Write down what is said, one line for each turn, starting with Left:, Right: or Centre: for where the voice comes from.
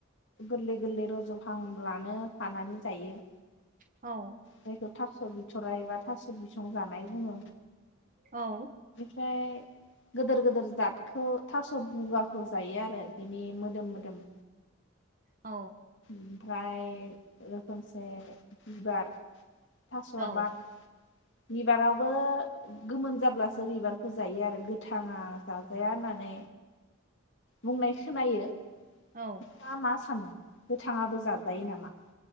Left: गोरलै गोरलै रजहांब्लानो हानानै जायो
Right: औ
Left: जायखौ थास बिथराय एबा थास बिसं जानाय बुङो
Right: औ
Left: ओमफाय गोदोर गोदेर जादखौ थास बुगाखौ जायो आरो बिनि मोदोम मोदोम
Right: औ
Left: ओमफ्राय रोखोमसे बिबार थास
Right: औ
Left: आबाद बिबारावबो गोमोन जाब्लासो बिबारखौ जायो आरो गोथाङा जाजाया होननानै बुंनाय सोनायो नोंथाङा
Right: औ
Left: मा सानो गोथाङाबोज जाजायो नामा